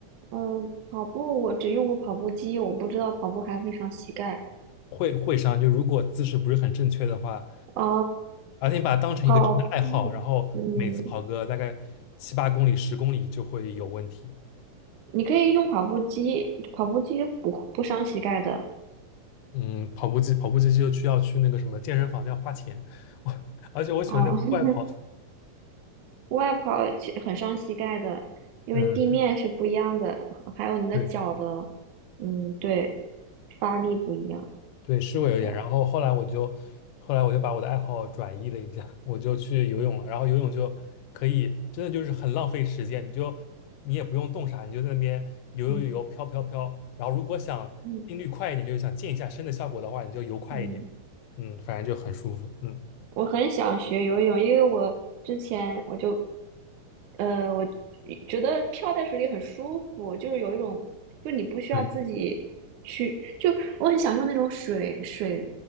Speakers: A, on the right; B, on the left.
A: 嗯，跑步我只用过跑步机，我不知道跑步还会伤膝盖。
B: 会会伤，就如果姿势不是很正确的话，
A: 啊，
B: 而且你把它当成一个真的爱好，
A: 跑步，
B: 然后每次跑个大概七八公里、
A: 嗯，
B: 十公里就会有问题。
A: 你可以用跑步机，跑步机不不伤膝盖的。
B: 嗯，跑步机，跑步机就需要去那个什么健身房，要花钱。<laughs> 我而且我喜欢在户外跑，
A: 哦，<laughs> 户外跑其很伤膝盖的，因为地面是不一样的，
B: 嗯，可
A: 还有你的脚的，
B: 对
A: 嗯，对，发力不一样。
B: 对，是会有点。
A: 是的，
B: 然后后来我就，后来我就把我的爱好转移了一下，我就去游泳了。然后游泳就可以，真的就是很浪费时间，你就你也不用动啥，你就在那边游游游游，
A: 嗯
B: 飘飘飘。然后如果想心率快一点，
A: 嗯
B: 就是想健一下身的效果的话，你就游快一点，
A: 嗯。
B: 嗯，反正就很舒服，嗯。
A: 我很想学游泳，因为我之前我就，呃，我觉得漂在水里很舒服，就是有一种，就你不需要自己去，
B: 对。
A: 就我很享受那种水水